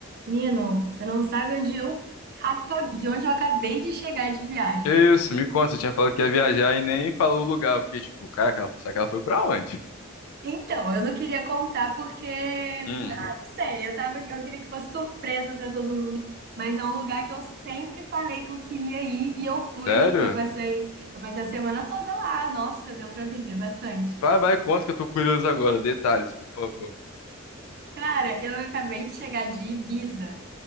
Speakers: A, on the right; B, on the left.
A: Menino, você não sabe onde eu aca- de onde eu acabei de chegar de viagem.
B: Isso, me conta, você tinha falado que ia viajar e nem falou o lugar. Eu fiquei tipo, caraca, ela- será que ela foi pra onde?
A: Então, eu não queria contar porque, ah,
B: Hum,
A: não sei, eu tava, eu queria que fosse surpresa para todo mundo, mas é um lugar que eu sempre falei que eu queria ir e eu fui.
B: sério?
A: Eu passei, eu passei a semana toda lá. Nossa, deu para viver bastante.
B: Vai, vai, conta que eu tô curioso agora. Detalhes, por favor.
A: Cara, eu acabei de chegar de Ibiza.